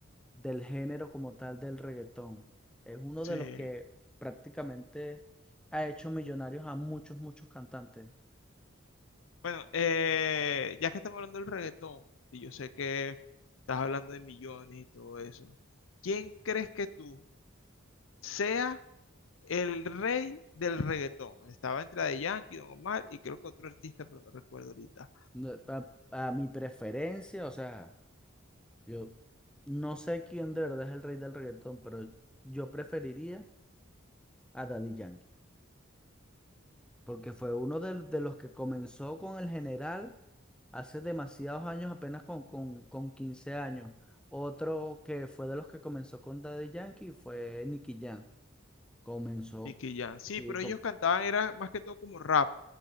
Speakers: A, in the centre; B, on the left.
A: del género como tal del reggaetón. Es uno
B: Sí.
A: de los que prácticamente ha hecho millonarios a muchos, muchos cantantes.
B: Bueno, eh, ya que estamos hablando del reggaetón, y yo sé que estás hablando de millones y todo eso, ¿quién crees que tú sea el rey del reggaetón? Estaba entre de Yankee, Don Omar y creo que otro artista, pero no recuerdo ahorita.
A: No, pa- A, mi preferencia, o sea, yo no sé quién de verdad es el rey del reggaetón, pero yo preferiría a Daddy Yankee, porque fue uno del- de, los que comenzó con el general hace demasiados años, apenas con, con, con 15 años. Otro que fue de los que comenzó con Daddy Yankee fue Nicky Jam. Comenzó.
B: Nicky Jam. Sí,
A: Sí,
B: pero
A: com-
B: ellos cantaban, era más que todo como rap.